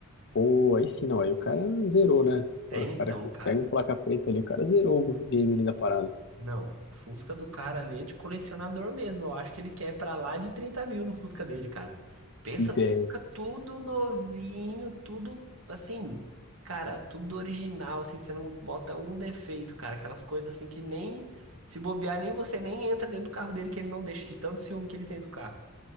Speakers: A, on the left; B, on the right.
A: pô, aí sim, não. Aí o cara zerou, né?
B: É
A: Agora
B: então,
A: o cara consegue
B: cara.
A: um placa preta ali, o cara zerou o game ali da parada.
B: Não, o Fusca do cara ali é de colecionador mesmo. Eu acho que ele quer pra lá de 30 mil no Fusca dele, cara. Pensa
A: Ideia.
B: no Fusca tudo novinho, tudo assim, cara, tudo original, assim, você não bota um defeito, cara. Aquelas coisas assim que nem se bobear, nem você nem entra dentro do carro dele que ele não deixa de tanto ciúme que ele tem do carro.